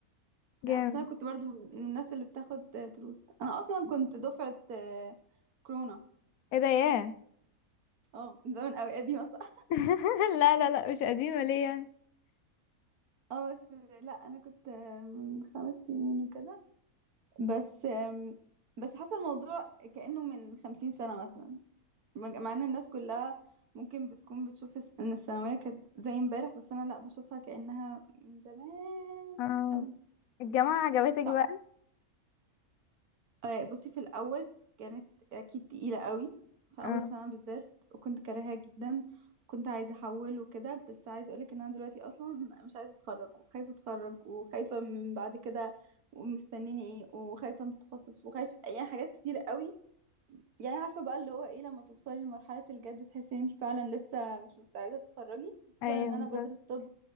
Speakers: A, on the left; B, on the right.
A: جامد
B: لا بس انا كنت برضو من من الناس اللي بتاخد آه، دروس انا اصلا كنت دفعه آه، كورونا
A: ايه ده ياه
B: اه من زمان قوي قديمه صح <laughs>
A: <laughs> لا لا لا مش قديمة ليه يعني
B: اه بس لا انا كنت آه، من خمس سنين وكده بس آم، بس حصل الموضوع كأنه من خمسين سنة مثلا مج- مع ان الناس كلها ممكن بتكون بتشوف الس- ان الثانوية كانت زي امبارح بس انا لا بشوفها كأنها من زمان
A: اه
B: قوي
A: الجامعة عجبتك
B: صح.
A: بقى
B: آه، بصي في الأول كانت أكيد تقيلة قوي في
A: اه
B: أول سنة بالذات وكنت كارهاها جدا كنت عايزة أحول وكده بس عايزة أقولك إن أنا دلوقتي أصلا مش عايزة أتخرج وخايفة أتخرج وخايفة من بعد كده ومستنيني إيه وخايفة من التخصص وخايفة يعني حاجات كتير قوي يعني عارفة بقى اللي هو ايه لما توصلي لمرحلة الجد تحسي ان انت فعلا لسه مش مستعدة تتخرجي خاصة
A: ايوه
B: ان
A: بالظبط
B: انا بدرس طب